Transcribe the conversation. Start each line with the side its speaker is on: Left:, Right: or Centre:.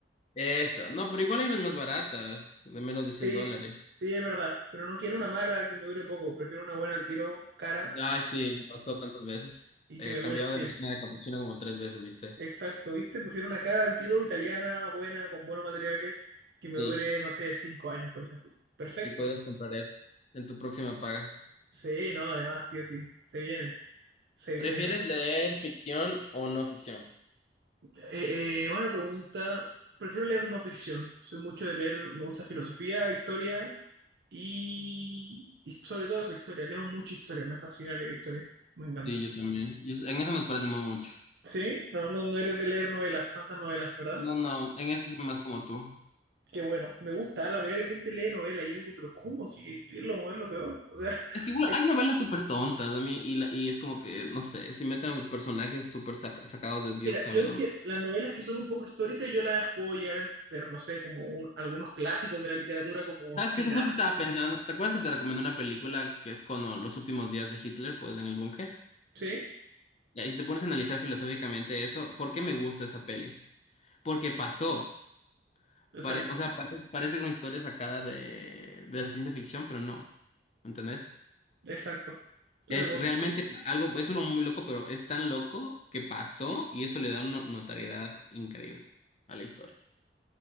Left: Esa. No, pero igual hay unas más baratas, de menos
Right: Sí,
Left: de 100 dólares.
Right: sí, es verdad, pero no quiero una mala que me dure poco, prefiero una buena al tiro, cara,
Left: Ay, sí, me pasó tantas veces.
Right: y
Left: He
Right: que me dure
Left: cambiado
Right: siempre.
Left: de máquina de capuchino como tres veces, ¿viste?
Right: Exacto, ¿viste? Prefiero una cara al tiro italiana, buena, con buenos materiales, que me
Left: Sí,
Right: dure, no sé, 5 años, por ejemplo. Perfecto.
Left: sí, podrías comprar eso en tu próxima paga.
Right: Sí, no, además, sí o sí, se viene, se viene.
Left: ¿Prefieres
Right: no hay-
Left: leer ficción o no ficción?
Right: Eh, eh, buena pregunta. Prefiero leer no ficción. Soy mucho de leer, me gusta filosofía, historia y, y sobre todo eso, historia. Leo mucha historia, me fascina leer historia, me encanta.
Left: Sí, yo también. Y en eso nos parecemos mucho.
Right: Sí, no, no, no eres de leer novelas, tantas novelas, ¿verdad?
Left: No, no, en eso soy más como tú.
Right: Qué bueno, me gusta, la mayoría de la gente lee novelas y yo digo, pero ¿cómo? Si es lo, es lo peor. O sea,
Left: Es
Right: <laughs>
Left: que igual
Right: hay
Left: hay novelas súper tontas a mí y, la- y es como que, no sé, si meten personajes súper saca- sacados de Dios
Right: Mira,
Left: sabe
Right: yo entiendo,
Left: dónde.
Right: las novelas que son un poco históricas yo las puedo llegar a entender, no sé, como un- algunos clásicos de la literatura como
Left: ¿Sabes
Right: Siddhartha,
Left: qué? Eso Justo estaba pensando. ¿Te acuerdas que te recomendé una película que es con o, los últimos días de Hitler, pues en el búnker?
Right: ¿sí?
Left: Ya, Y si te pones a analizar filosóficamente eso, ¿por qué me gusta esa peli? Porque pasó.
Right: Exacto,
Left: Pare- o sea, pare- parece una historia sacada de, de la ciencia ficción, pero no. ¿Me entendés?
Right: exacto. Estoy
Left: Es
Right: de acuerdo,
Left: realmente algo, es uno muy loco, pero es tan loco que pasó y eso le da una notariedad increíble a la historia.